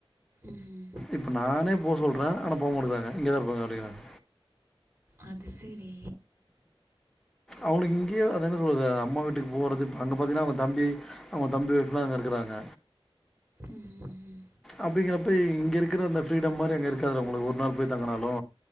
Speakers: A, on the right (about 25°); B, in the centre.
A: ம் ஹும்
B: இப்ப நானே போ சொல்ற ஆன போ மாட்டிக்குறாங்க இங்கதா இருப்பே அப்டிங்றாங்க
A: அது சேரி
B: அவுனுக்கு இங்கயே அத என்ன சொல்றது அம்மா வீட்டுக்கு போறது அங்க பாத்தீங்கனா அவுங்க தம்பி அவுங்க தம்பி ஒய்ஃபுலா அங்க இருக்குறாங்க
A: ம் ம் ம்
B: அப்டிங்கறப்ப இங்க இருக்குற அந்த ஃப்ரீடம் மாரி அங்க இருக்காதுல உங்களுக்கு ஒரு நாள் போய் தங்குனாலு